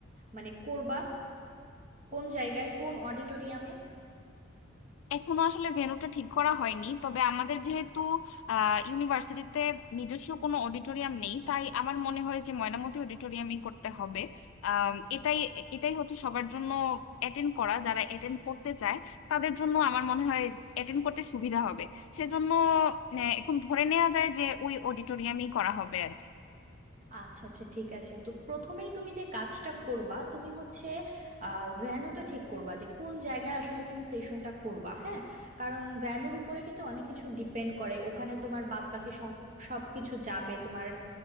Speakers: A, on the right; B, on the left.
A: মানে করবা কোন জায়গায় কোন অডিটোরিয়ামে
B: এখনো আসলে ভেন্যুটা ঠিক করা হয়নি তবে আমাদের যেহেতু ইউনিভার্সিটিতে নিজস্ব কোনো অডিটোরিয়াম নেই তাই আমার মনে হয় যে ময়নামতি অডিটোরিয়ামই করতে হবে আম, এটাই এটাই হচ্ছে সবার জন্য অ্যাটেন্ড করা যারা অ্যাটেন্ড করতে চায় তাদের জন্য আমার মনে হয় অ্যাটেন্ড করতে সুবিধা হবে সেজন্য আহ, এখন ধরে নেওয়া যায় যে ওই অডিটোরিয়ামই করা হবে আর কি
A: আচ্ছা আচ্ছা ঠিক আছে তো প্রথমেই তুমি যে কাজটা করবা তুমি হচ্ছে আহ ভ্যানুটা ঠিক করবা যে কোন জায়গায় আসলে তুমি সেশনটা করবা হ্যাঁ কারণ ভ্যানুর উপরে কিন্তু অনেক কিছু ডিপেন্ড করে ওখানে তোমার বাদ বাকি সব সবকিছু যাবে তোমার